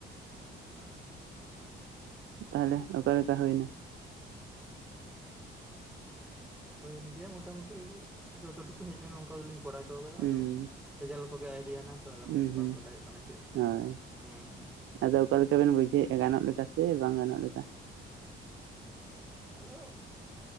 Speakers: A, in the centre; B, on the right.
A: ᱟ
B: ᱛᱟᱦᱚᱞᱮ ᱚᱠᱟᱞᱮᱠᱟ ᱦᱩᱭᱱᱟ?
A: ᱦᱩᱭᱮᱱ ᱜᱮᱭᱟ ᱢᱚᱴᱟᱢᱩᱴᱤ ᱡᱚᱛᱚ ᱴᱩᱠᱩ ᱦᱮᱡ ᱞᱮᱱᱟ ᱚᱱᱠᱟ ᱫᱚᱞᱤᱧ ᱠᱚᱨᱟᱣ
B: ᱦᱩᱸ
A: ᱟᱫᱚ ᱨᱮᱡᱟᱞ ᱠᱚᱜᱮ ᱟᱹᱨᱤᱭᱟᱱᱟ ᱛᱚ ᱟᱫᱚ
B: ᱦᱩᱸ
A: ᱵᱟᱝ
B: ᱦᱩᱸ
A: ᱵᱟᱰᱟᱭᱚᱜ ᱠᱟᱱᱟ ᱪᱮᱫ
B: ᱦᱳᱭ
A: ᱦᱚᱸ ᱦᱚᱸ᱾
B: ᱟᱫᱚ ᱚᱠᱟ ᱞᱮᱠᱟ ᱵᱮᱱ ᱵᱩᱡᱷᱟᱹᱣᱮᱫᱼᱟ ᱜᱟᱱᱚᱜ ᱞᱮᱠᱟ ᱥᱮ ᱵᱟᱝ ᱜᱟᱱᱚᱜ ᱞᱮᱠᱟ?
A: ᱦᱮᱸ᱾ ᱟᱫᱚ